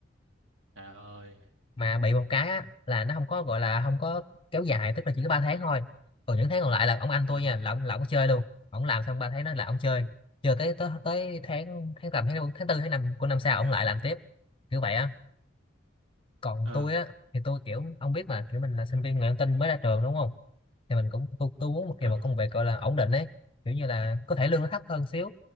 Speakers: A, on the right; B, on the left.
A: trời ơi,
B: mà bị một cái á, là nó không có gọi là không có kéo dài tức là chỉ có 3 tháng thôi còn những tháng còn lại là ông anh
A: ờ,
B: tôi nha là ông là ông chơi luôn ông làm xong 3 tháng đó là ông chơi chơi tới tới, tới tháng tháng tầm tháng năm- tháng tư tháng năm của năm sau ông lại làm tiếp kiểu vậy á còn
A: ờ,
B: tôi á thì tôi kiểu ông biết mà kiểu mình là sinh viên ngoại thông tin mới ra trường đúng không thì mình cũng tôi, tôi muốn một
A: ờ
B: kiểu một công
A: không,
B: việc gọi là ổn định ấy kiểu như là có thể lương nó thấp hơn xíu